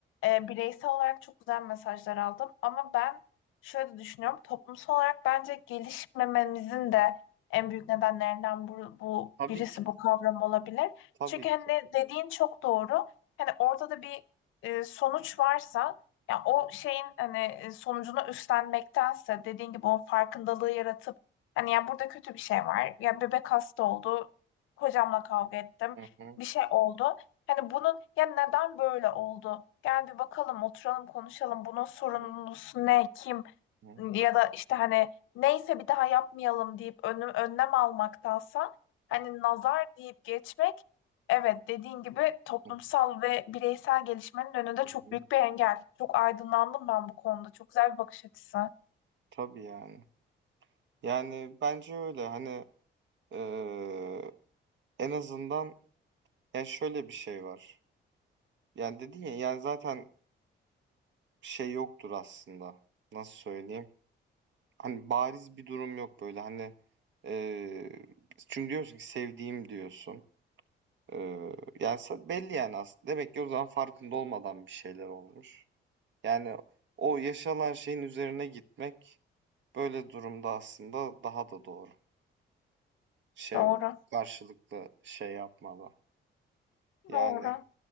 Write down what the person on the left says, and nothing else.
e, bireysel olarak çok güzel mesajlar aldım. Ama ben şöyle düşünüyorum. Toplumsal olarak bence gelişmememizin de en büyük nedenlerinden bu, bu
birisi
bu kavram olabilir.
Çünkü hani
dediğin çok doğru. Hani ortada bir e, sonuç varsa ya o şeyin hani e, sonucunu üstlenmektense dediğin gibi o farkındalığı yaratıp Hani ya burada kötü bir şey var. Ya bebek hasta oldu. Hocamla kavga ettim.
Bir şey oldu. Hani bunun ya neden böyle oldu? Gel bir bakalım, oturalım, konuşalım. Bunun sorumlusu
ne, kim?
Ya da işte hani neyse bir daha yapmayalım deyip önüm, önlem almaktansa hani nazar deyip geçmek evet dediğin gibi toplumsal
ve bireysel gelişmenin önünde
çok
büyük bir engel. Çok aydınlandım ben bu konuda. Çok güzel bir bakış açısı.
Doğru.
Doğru.